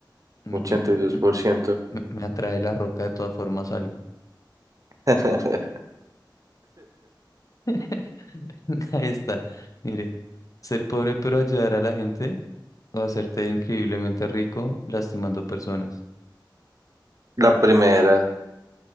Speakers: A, on the left; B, on the right.
A: Me,
B: ochenta
A: me- me-
B: y dos por ciento.
A: me- me atrae la roca de todas formas algo.
B: <laughs>
A: <laughs> Ahí está. Mire, ser pobre pero ayudar a la gente o hacerte increíblemente rico lastimando personas.
B: La primera,